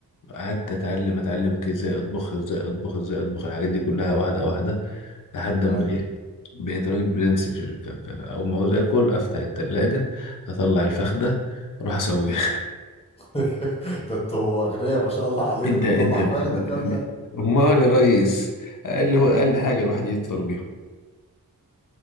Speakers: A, on the left; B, on the left.
A: قعدت اتعلم اتعلم ك- ازاي اطبخ ازاي اطبخ ازاي اطبخ الحاجات دي كلها واحده واحده لحد ما
B: حلو
A: ايه بقيت راجل برنس في ال- ف- ف- اول ما عاوز اكل افتح التلاجة اطلع الفخده
B: مم.
A: اروح اسويها
B: <laughs> ده انتوا اغنياء ما شاء الله عليكم
A: <laughs> انت انت
B: تطلع
A: بت-
B: فخده كامله
A: امال يا ريس اقل هو اقل حاجه الواحد يفطر بيها